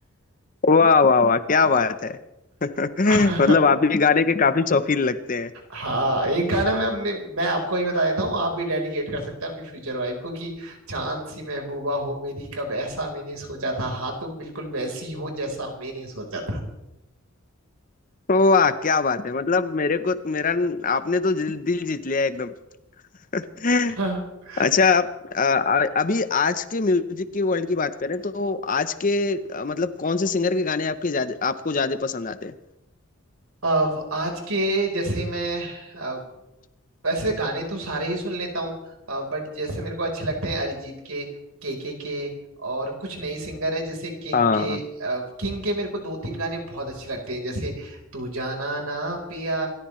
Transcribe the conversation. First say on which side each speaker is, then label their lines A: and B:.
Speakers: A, on the left; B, on the right.
A: वाह वाह वाह क्या बात है <laughs> मतलब
B: <laughs>
A: आप भी गाने के काफी शौकीन लगते हैं
B: हाँ एक गाना मैं अपने मैं आपको ही बता देता हूँ आप भी डेडिकेट कर सकते हैं अपनी फ्यूचर वाइफ को कि चांद सी महबूबा हो मेरी कब ऐसा मैंने सोचा था हाँ तुम बिल्कुल वैसी हो जैसा मैंने सोचा था
A: वाह क्या बात है मतलब मेरे को मेरा आपने तो दिल, दिल जीत लिया एकदम <laughs>
B: <laughs>
A: अच्छा आप अ, अ- अभी आज के म्यूजिक की वर्ल्ड की बात करें तो आज के अ, मतलब कौन से सिंगर के गाने आपके ज्यादा आपको ज्यादा पसंद आते हैं
B: अब आज के जैसे मैं वैसे गाने तो सारे ही सुन लेता हूँ बट जैसे मेरे को अच्छे लगते हैं अरिजीत के केके के और कुछ नए सिंगर हैं जैसे किंग
A: हाँ
B: के अ, किंग के मेरे को दो तीन गाने बहुत अच्छे लगते हैं जैसे तू जाना ना पिया